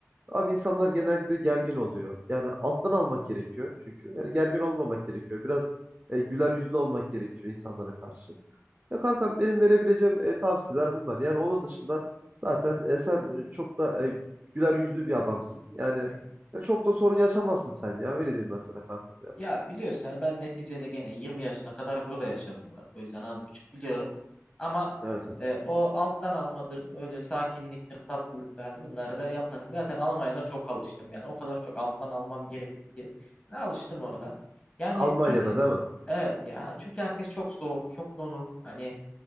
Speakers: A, on the right; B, on the left.
A: Abi insanlar genellikle gergin oluyor. Yani alttan almak gerekiyor çünkü. Yani gergin olmamak gerekiyor. Biraz e, güler yüzlü olmak gerekiyor insanlara karşı. Ya kanka benim verebileceğim e, tavsiyeler bunlar. Yani onun dışında zaten e, sen e, çok da e, güler yüzlü bir adamsın. Yani
B: <laughs>
A: ya çok da sorun yaşamazsın sen ya. Öyle diyeyim ben sana kankam yani.
B: Ya biliyorsun yani ben neticede gene 20 yaşına kadar burada yaşadım Murat. O yüzden az buçuk biliyorum. Ama
A: Evet evet.
B: e, o alttan almadır, öyle sakinliktir, tatlılıktır. Hani bunları da yaparız. Zaten Almanya'da çok alıştım yani. O kadar çok alttan almam gerekti ki. Ben alıştım orada. Yani
A: Almanya'da
B: Türkiye,
A: değil mi?
B: evet ya. Çünkü herkes çok soğuk, çok donuk. Hani